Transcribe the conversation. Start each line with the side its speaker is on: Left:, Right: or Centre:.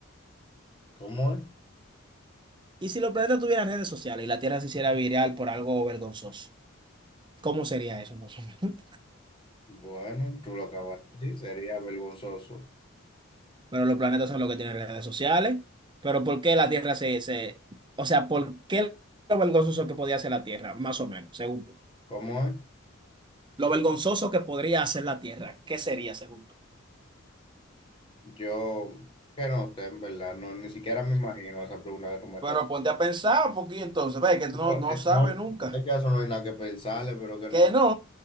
Left: ¿Cómo es?
Right: ¿Y si los planetas tuvieran redes sociales y la Tierra se hiciera viral por algo vergonzoso? ¿Cómo sería eso, más o menos? <laughs>
Left: Bueno, tú lo acabas de decir, sería vergonzoso.
Right: Pero los planetas son los que tienen redes sociales. Pero ¿por qué la Tierra se, se... O sea, ¿por qué lo vergonzoso que podía hacer la Tierra? Más o menos, según tú.
Left: ¿Cómo es?
Right: Lo vergonzoso que podría hacer la Tierra, ¿qué sería, según tú?
Left: Yo, que no sé, en verdad, no, ni siquiera me imagino esa pregunta que tú me estás
Right: Pero ponte a pensar, porque entonces, ve que tú
Left: haciendo.
Right: no, no
Left: Eh,
Right: sabes
Left: No,
Right: nunca.
Left: es que eso no hay nada que pensarle, pero que no,
Right: Que no,